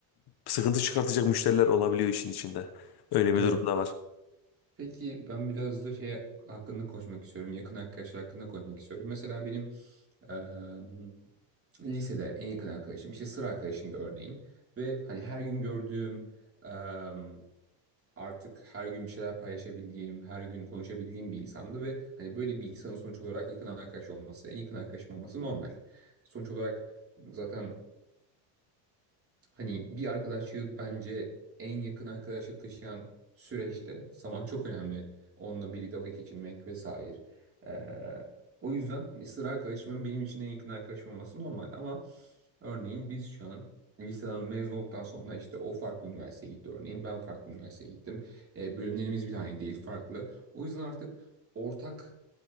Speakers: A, on the left; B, on the right.
A: sıkıntı çıkartacak müşteriler olabiliyor işin içinde. Öyle
B: Evet.
A: bir durum da var.
B: Peki ben biraz da şey hakkında konuşmak istiyorum. Yakın arkadaşlar hakkında konuşmak istiyorum. Mesela benim eee, lisede en yakın arkadaşım işte sıra arkadaşımdı örneğin. Ve hani her gün gördüğüm eee, artık her gün bir şeyler paylaşabildiğim, her gün konuşabildiğim bir insandı ve hani böyle bir insanın sonuç olarak yakın arkadaş olması, en yakın arkadaşım olması normal. Sonuç olarak zaten Hani bir arkadaşlığı bence en yakın arkadaşlık taşıyan süreçte zaman çok önemli. Onunla birlikte vakit geçirmek vesaire. Ee, o yüzden hani sıra arkadaşımın benim için en yakın arkadaşım olması normal. Ama örneğin biz şu an liseden mezun olduktan sonra işte o farklı üniversiteye gitti örneğin. Ben farklı üniversiteye gittim. Ee, bölümlerimiz bile aynı değil farklı. O yüzden artık ortak